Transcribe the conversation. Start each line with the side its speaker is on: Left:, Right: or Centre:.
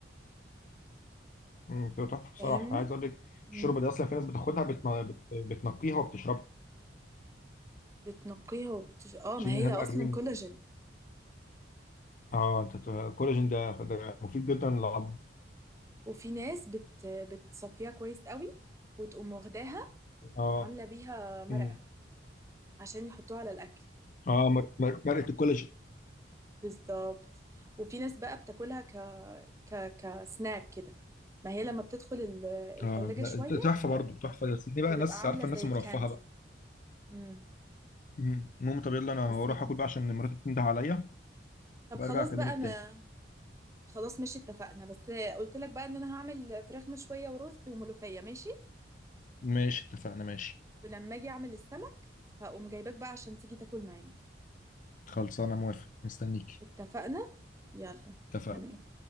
Left: امم بتبقى تحفه بصراحه
Right: فاهمني؟
Left: عايز اقول لك
Right: مم.
Left: الشوربه دي اصلا في ناس بتاخدها بتن... بت... بتنقيها وبتشربها
Right: بتنقيها وبتش... اه
Left: تشيل
Right: ما هي
Left: منها بقى
Right: أصلا
Left: الريم
Right: كولاجين
Left: اه انت الكولاجين ده ده مفيد جدا للعظم
Right: وفي ناس بت... بتصفيها كويس قوي وتقوم واخداها
Left: اه
Right: عاملة بيها مرقة
Left: امم
Right: عشان يحطوها على الأكل
Left: اه مر- مر- مرقه الكولاجين
Right: بالظبط وفي ناس بقى بتاكلها ك... ك... كسناك كده ما هي لما بتدخل ال... التلاجة
Left: اه ده
Right: شوية
Left: ده تحفه برضه تحفه بس دي بقى
Right: بتبقى
Left: ناس
Right: عاملة
Left: عارفه
Right: زي
Left: الناس المرفهه
Right: الكاندي
Left: بقى
Right: مم.
Left: مم. المهم طب يلا انا
Right: بس
Left: هروح
Right: بيبقى-
Left: اكل بقى عشان مراتي بتنده عليا
Right: طب
Left: وبرجع
Right: خلاص
Left: اكلمك
Right: بقى أنا
Left: تاني
Right: خلاص ماشي اتفقنا بس قلت لك بقى ان انا هعمل فراخ مشوية ورز وملوخية ماشي
Left: ماشي اتفقنا ماشي
Right: ولما اجي اعمل السمك هقوم جايباك بقى عشان تيجي تاكل معانا
Left: خلصانه موافق مستنيك
Right: اتفقنا يلا
Left: اتفقنا
Right: تمام